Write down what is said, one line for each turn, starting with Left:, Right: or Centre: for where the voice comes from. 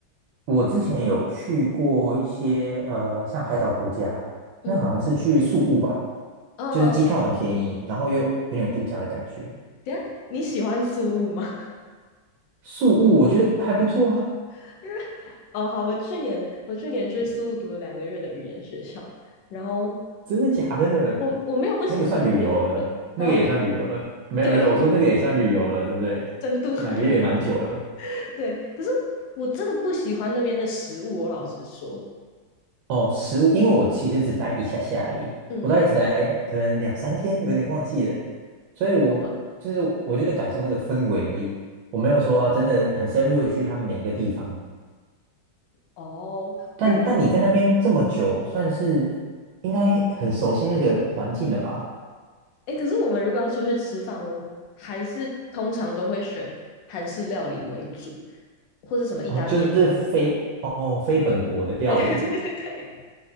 Right: 我之前有去过一些呃，像海岛国家，
Left: 嗯，
Right: 那好像是去宿务吧，
Left: 呃，
Right: 就是机票很便宜，然后又很有度假的感觉。
Left: 等一下你喜欢苏务吗？
Right: 宿务我觉得还不错啊，
Left: <laughs> 因为，哦，好，我去年我去年去苏务读了两个月的语言学校，然后
Right: 真的假的？
Left: 我我没有不喜欢那边的人啊，
Right: 那个算旅游了，那个也算旅游了。
Left: <laughs>
Right: 没有没有，
Left: 对，
Right: 我说那个也算旅游了，对不对？
Left: 深度旅游，
Right: 两个月也蛮久了。
Left: <laughs> 对，可是我真的不喜欢那边的食物，我老实说，
Right: 哦，食物，因为我其实只待一下下而已，
Left: 嗯，
Right: 我大概只待可能两三天，我有点忘记了，所以我就是我就是感受那个氛围而已，
Left: 好短。
Right: 我没有说啊，真的很深入的去他们每一个地方。
Left: 哦，
Right: 但但你在那边这么久，
Left: 因为
Right: 算是应该很熟悉那个环境了吧？
Left: 哎，可是我们如果要出去吃饭，我们还是通常都会选韩式料理为主，或是什么意大利面之类的
Right: 哦，就是非哦非本国的料理
Left: <laughs> 对对对对对。